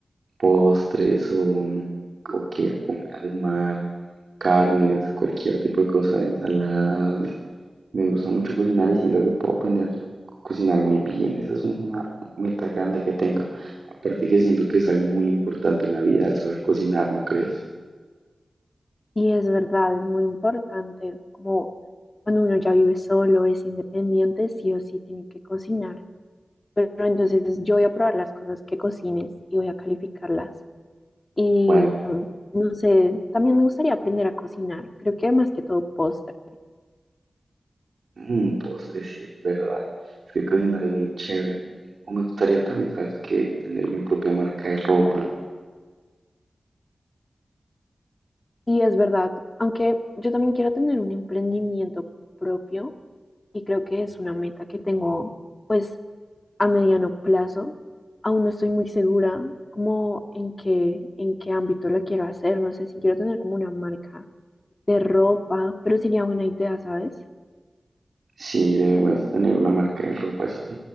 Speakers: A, on the right; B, on the left.
A: postres o, o qué, comida de mar, carnes, cualquier tipo de cosa, ensaladas, Me gusta mucho cocinar y siento que puedo aprender a cocinar muy bien. Esa es una meta grande que tengo. Aparte que siento que es algo muy importante en la vida el saber cocinar, ¿no crees?
B: Y es verdad, es muy importante, como cuando uno ya vive solo, es independiente, sí o sí tiene que cocinar. Pero entonces yo voy a probar las cosas que cocines y voy a calificarlas. Y
A: Vale,
B: mm, no sé, también me gustaría aprender a cocinar, creo que más que todo postres.
A: un postre, sí, es verdad. Es que cocinar es muy chévere. O me gustaría también, ¿sabes qué? Tener mi propia marca de ropa.
B: Y es verdad, aunque yo también quiero tener un emprendimiento propio y creo que es una meta que tengo pues a mediano plazo. Aún no estoy muy segura como en qué, en qué ámbito la quiero hacer. No sé si quiero tener como una marca de ropa, pero sería buena idea, ¿sabes?
A: Sí, debemos tener una marca de ropa. Eso es